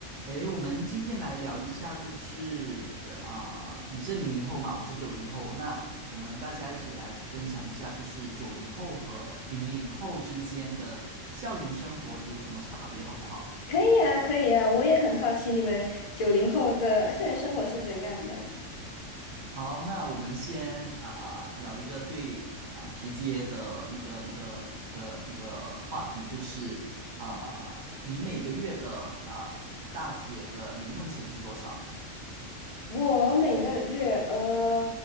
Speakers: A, on the right; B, on the left.
A: 诶，我们今天来聊一下，就是啊、你是零零后嘛，我是九零后，那我们大家一起来分享一下，就是九零后和零零后之间的校园生活有什么差别，好不好？
B: 可以呀，可以呀，我也很好奇你们九零后的校园生活是怎样的。
A: 好，那我们先啊、聊一个最啊、直接的一个一个一个一个话题，就是啊、你每个月的啊、大学的零用钱是多少？
B: 我每个月，呃，